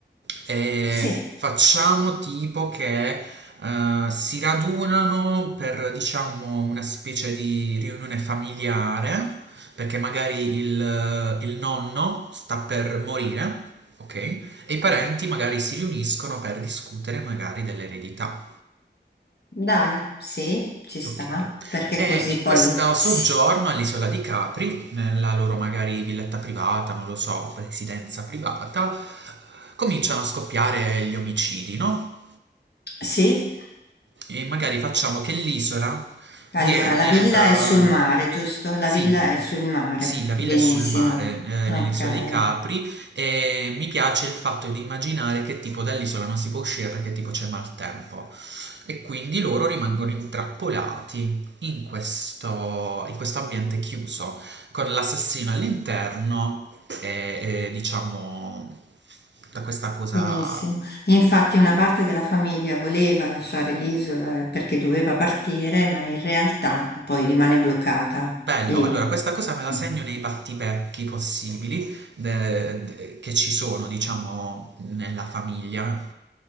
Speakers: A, on the right; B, on the left.
A: E
B: sì,
A: facciamo tipo che eh, si radunano per, diciamo, una specie di riunione familiare, perché magari il, il nonno sta per morire, ok? E i parenti magari si riuniscono per discutere magari dell'eredità.
B: dai, sì, ci sta,
A: Okay.
B: perché
A: E
B: così
A: in
B: poi
A: questo soggiorno
B: sì.
A: all'isola di Capri, nella loro magari villetta privata, non lo so, residenza privata, cominciano a scoppiare gli omicidi, no,
B: Sì.
A: e magari facciamo che l'isola
B: Allora,
A: viene,
B: la villa
A: Ah,
B: è sul
A: ehm carino.
B: mare, giusto? La
A: sì,
B: villa è sul mare.
A: sì, la villa
B: Benissimo.
A: è sul mare, eh,
B: Ok.
A: nell'isola dei Capri, e mi piace il fatto di immaginare che tipo dall'isola non si può uscire perché tipo c'è maltempo. E quindi loro rimangono intrappolati in questo, in questo ambiente chiuso, con l'assassino all'interno e, e, diciamo da questa cosa
B: Benissimo. E Infatti una parte della famiglia voleva lasciare l'isola perché doveva partire, ma in realtà poi rimane bloccata
A: Bello,
B: lì.
A: allora questa cosa me la segno
B: Mm.
A: nei battipecchi possibili de- de- che ci sono, diciamo, nella famiglia,